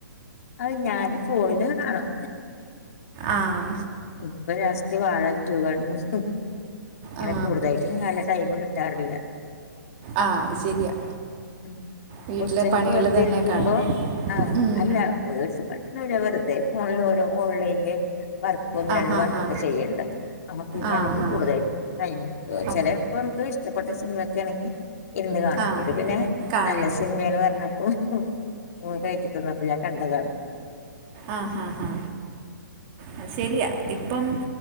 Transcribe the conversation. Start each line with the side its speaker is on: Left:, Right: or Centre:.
Left: അത് ഞാന് ഫോണിലക്ക കാണും
Right: ആഹ്
Left: ഇപ്പൊ ലാസ്റ്റ് വഴ ടൂ <unintelligible> അങ്ങനെ
Right: ആ
Left: കൂടുതായിട്ടും നല്ല ടൈം കിട്ടാറില്ല
Right: ആഹ് അത് ശരിയാ
Left: ഉം
Right: വീട്ടിലെ
Left: ഉച്ചക്കൊക്കെ
Right: പണികൾ
Left: വെറുതെ
Right: തന്നെ
Left: ഇരിക്കുമ്പോ
Right: കാണും
Left: ആഹ്
Right: ഉം.
Left: അല്ല <unintelligible> പണിയൊന്നുമില്ല വെറുതെ ഫോണിൽ ഓരോ ഓൺലൈനില് വർക്ക് ഒന്ന്
Right: ആ
Left: രണ്ട്
Right: ഹാ
Left: വർക്കൊക്കെ
Right: ഹാ
Left: ചെയ്യണ്ട് അപ്പ പിന്നെ
Right: ആ
Left: നമുക്ക്
Right: ഹാ
Left: കൂടുതലായിട്ടും ടൈം കിട്ടൊ
Right: അപ്പ്
Left: ചെലപ്പോ നമുക്ക് ഇഷ്ടപ്പെട്ട സിനിമൊക്കെ ആണെങ്കി ഇരുന്ന് കാണും
Right: ആ
Left: അത് പിന്നെ
Right: കാണും
Left: നല്ല സിനിമന്ന് പറഞ്ഞപ്പോ മോൻ കയറ്റി തന്നപ്പോ ഞാൻ കണ്ടതാണ്
Right: ആഹ് ആഹ് ഹാ അത് ശരിയാ ഇപ്പം